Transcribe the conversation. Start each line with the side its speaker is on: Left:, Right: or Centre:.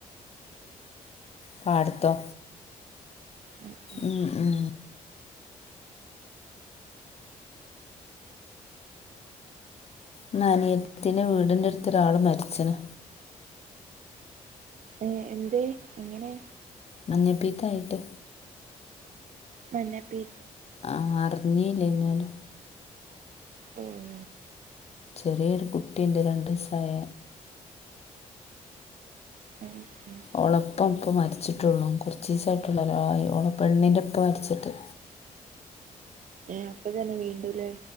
Left: പാടത്തോ
Right: ഉം ഉം
Left: ഉം ഉം ഇന്നനീയത്തിന്റെ വീടിന്റെ അടുത്തൊരാള് മരിച്ചന്
Right: ഏഹ് എന്തേ എങ്ങനെയാ
Left: മഞ്ഞപ്പിത്തായിട്ട്
Right: മഞ്ഞപ്പി
Left: ആഹ് അറിഞ്ഞേ ഇല്ല ഇന്നലെ
Right: ഉം
Left: ചെറിയൊരു കുട്ടീണ്ട് രണ്ട് വയസ്സായ
Right: ഉം ഉം
Left: ഓളപ്പം ഇപ്പം മരിച്ചിട്ടുള്ളൂ കുറച്ചിസായിട്ടുള്ളൂ ഒരായോ ഓളെ പെണ്ണിന്റുപ്പ മരിച്ചിട്ട്
Right: ഏ അപ്പൊ തന്നെ വീണ്ടുല്ലേ